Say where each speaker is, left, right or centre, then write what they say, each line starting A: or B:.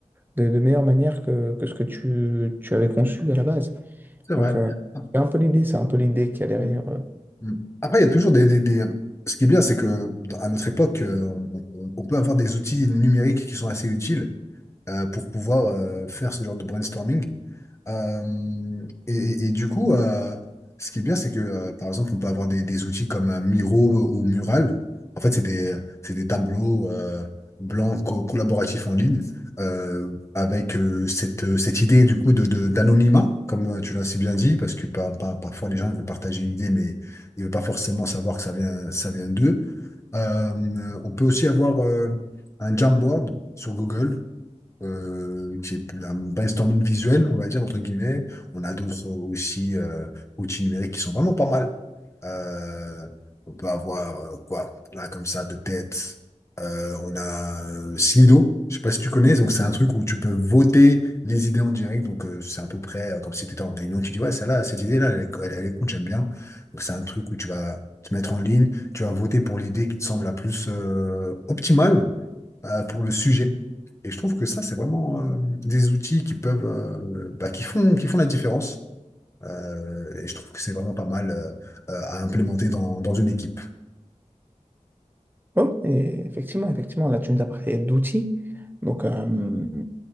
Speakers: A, on the right; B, on the left.
A: de, de meilleure manière que, que ce que tu, tu avais conçu à la base.
B: c'est vrai.
A: Donc, euh,
B: Ah,
A: c'est un peu l'idée, c'est un peu l'idée qu'il y a derrière.
B: mm,
A: euh.
B: mm. Après, il y a toujours des, des- des- Ce qui est bien, c'est que dans- à notre époque, euh, on, on- on peut avoir des outils numériques qui sont assez utiles euh, pour pouvoir euh, faire ce genre de brainstorming. Euh, et, et- et du coup, euh, ce qui est bien, c'est que, euh, par exemple, on peut avoir des, des outils comme euh, Miro ou Mural. En fait, c'est des, c'est des tableaux euh, blancs co- collaboratifs en ligne euh, avec euh, cette, cette idée du coup de, de- d'anonymat, comme euh, tu l'as si bien dit, parce que par- par- parfois les gens ils veulent partager une idée, mais ils ne veulent pas forcément savoir que ça vient, ça vient d'eux. Euh, on peut aussi avoir euh, un Jamboard sur Google euh, qui est plus un brainstorming visuel, on va dire, entre guillemets. On a d'autres aussi euh, outils numériques qui sont vraiment pas mal. Euh, on peut avoir, euh, quoi, là, comme ça, de tête. Euh, on a euh, Slido, je sais pas si tu connais, donc c'est un truc où tu peux voter les idées en direct, donc euh, c'est à peu près euh, comme si tu étais en réunion, tu dis ouais, celle-là, cette idée-là, elle, est- elle, elle est cool, j'aime bien. Donc c'est un truc où tu vas te mettre en ligne, tu vas voter pour l'idée qui te semble la plus euh, optimale, euh, pour le sujet. Et je trouve que ça, c'est vraiment euh, des outils qui peuvent, euh, bah, qui font, qui font la différence. Euh, et je trouve que c'est vraiment pas mal euh, euh, à implémenter dans, dans une équipe.
A: Oh, et effectivement, effectivement, là, tu nous as parlé d'outils. Donc, euh,